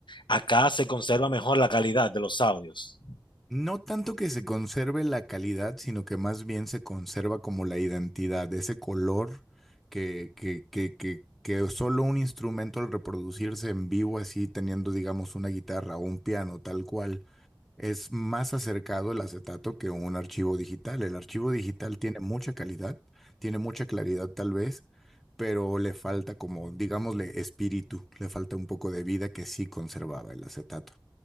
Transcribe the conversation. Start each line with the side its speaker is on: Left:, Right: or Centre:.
Left: acá se conserva mejor la calidad de los audios.
Centre: No tanto que se conserve la calidad, sino que más bien se conserva como la identidad, ese color que, que, que, que, que solo un instrumento al reproducirse en vivo, así teniendo, digamos, una guitarra o un piano tal cual, es más acercado el acetato que un archivo digital. El archivo digital tiene mucha calidad, tiene mucha claridad tal vez, pero le falta como, digámosle, espíritu, le falta un poco de vida que sí conservaba el acetato.